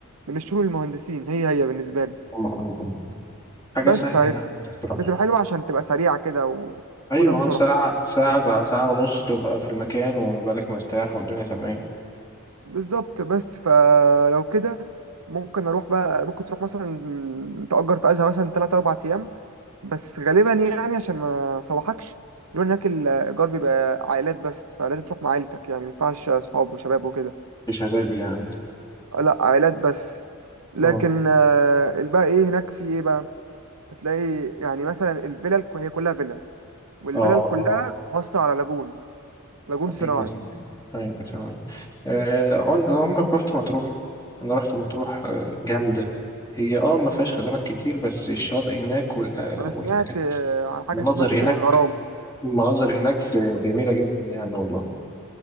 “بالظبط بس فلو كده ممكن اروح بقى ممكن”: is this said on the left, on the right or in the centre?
Right